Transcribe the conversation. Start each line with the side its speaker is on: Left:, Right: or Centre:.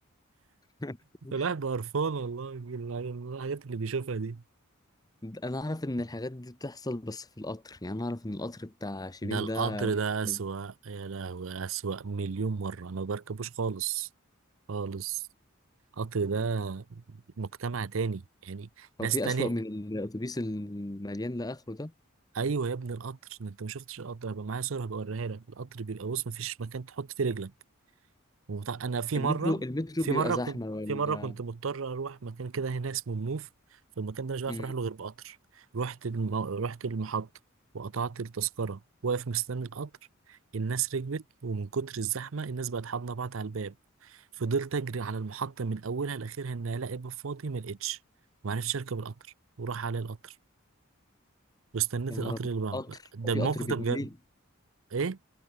Left: <laughs>
Right: <laughs> الواحد بقى قرفان والله من الحاجات اللي بيشوفها دي
Left: انا اعرف ان الحاجات دي بتحصل بس في القطر يعني انا اعرف ان القطر بتاع شيبين
Right: ده القطر
Left: ده وحش
Right: ده أسوأ
Left: قوي
Right: يا لهوي أسوأ مليون مرة أنا ما بركبوش خالص خالص القطر ده مجتمع تاني يعني ناس
Left: هو في
Right: تانية
Left: اسوأ من الاتوبيس المليان لاخره ده
Right: أيوة يا ابني القطر أنت ما شفتش القطر هبقى معايا صورة هبقى أوريها لك القطر بيبقى بص مفيش مكان تحط فيه رجلك وط- انا في
Left: المترو
Right: مره
Left: المترو
Right: في
Left: بيبقى
Right: مره
Left: زحمه
Right: كنت
Left: ولا
Right: في مره كنت مضطر اروح مكان كده هنا اسمه منوف فالمكان ده مش بعرف
Left: امم
Right: اروح له غير بقطر رحت الم... رحت المحطه وقطعت التذكره واقف مستني القطر الناس ركبت ومن كتر الزحمه الناس بقت حاضنه بعض على الباب فضلت اجري على المحطه من اولها لاخرها ان الاقي باب فاضي ما لقيتش ما عرفتش اركب القطر وراح على القطر واستنيت
Left: يا نهار
Right: القطر
Left: أبيض.
Right: اللي بعده
Left: قطر
Right: ده
Left: هو في
Right: الموقف
Left: قطر بيتملي
Right: ده بجد ايه